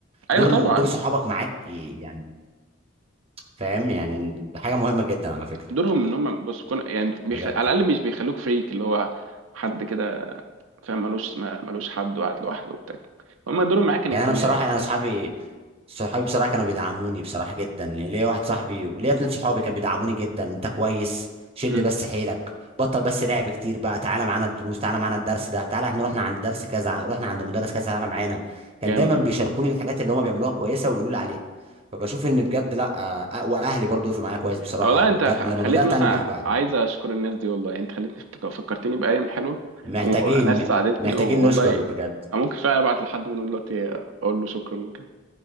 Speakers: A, on the right; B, on the right.
A: ايوه
B: دور
A: طبعا
B: دور صحابك معاك ي- يعني فاهم يعني ده حاجه مهمه جدا على فكره
A: دورهم ان هم بس كون يعني بيخ...
B: بجد
A: على
B: يعني
A: الاقل مش بيخلوك فريك اللي هو حد كده فاهم ملوش ما- ملوش حد وقاعد لوحده وبتاع هم دورهم معاك كان
B: يعني
A: اجتماعي
B: انا بصراحه يعني انا اصحابي صحابي بصراحه كانوا بيدعموني بصراحه جدا يعني ليا واحد صاحبي وليا اتنين صحابي كانوا بيدعموني جدا انت كويس شد
A: امم
B: بس حيلك بطل بس لعب كتير بقى تعالى معانا الدروس تعالى معانا الدرس ده تعالى احنا رحنا عند درس كذا رحنا عند مدرس كذا تعالى معانا كان
A: جامد
B: دايما
A: والله
B: بيشاركوني الحاجات اللي هم بيعملوها كويسه ويقولوا لي عليها فبشوف ان بجد لا آه، واهلي برضو وقفوا معايا كويس بصراحه
A: آه والله انت
B: بعد-
A: خ-
B: لما
A: خليت
B: بدات
A: مثلا
B: انجح بقى
A: عايز
B: يعني.
A: اشكر الناس دي والله يعني انت خليتني افتك- فكرتني بايام حلوه
B: محتاجين
A: وناس ساعدتني
B: محتاجين
A: والله
B: نشكر بجد
A: أنا ممكن فعلا ابعت لحد منهم دلوقتي اقول له شكرا وكده